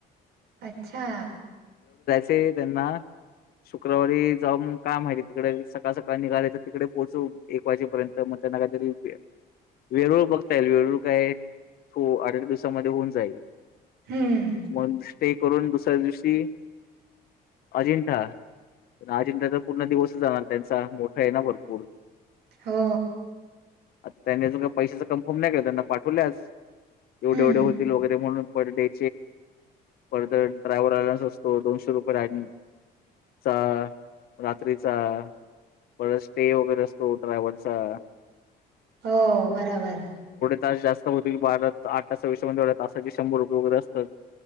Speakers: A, on the right (about 80°); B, on the left (about 65°).
A: अच्छा
B: ते त्यांना शुक्रवारी जाऊ मग काय माहिती तिकडे सकाळ सकाळ निघाले तर तिकडे पोचू. एक वाजेपर्यंत म त्यांना काहीतरी वेरुळ बघता येईल वेरूळ काय फो आठएक दिवसामध्ये होऊन जाईल.
A: हम्म
B: मग स्टे करून दुसऱ्या दिवशी अजिंठा आणि अजिंठाचा पूर्ण दिवस जाणार त्यांच मोठा आहे ना भरपूर
A: हो
B: आता त्यांनी अजून का पैशाच कम्फर्म नाय केला त्यांना पाठवलय आज एवढे
A: हम्म
B: एवढे होतील वगैरे म्हणून पर डे पर तर ड्रायव्हर लायन्स असतो दोनशे रुपये <unintelligible> चा रात्रीचा परत स्टे वगैरे असतो ड्रायवरचा.
A: हो बराबर
B: तास जास्त होतील बाजा आठ तासापेक्षा तासाचे शंभर रुपये वगैरे असतात.